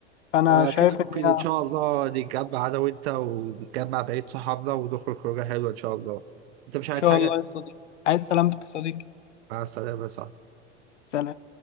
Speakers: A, on the left; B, on the right.
A: فانا
B: فكده
A: شايف
B: ممكن
A: ان هي
B: إن
A: ان
B: شاء الله نتجمع أنا وأنت ونتجمع بقية صحابنا ونخرج خروجة حلوة إن شاء الله أنت مش عايز
A: شاء
B: حاجة؟
A: الله يا صديقي عايز سلامتك يا صديقي
B: مع السلامة يا صاحبي
A: سلام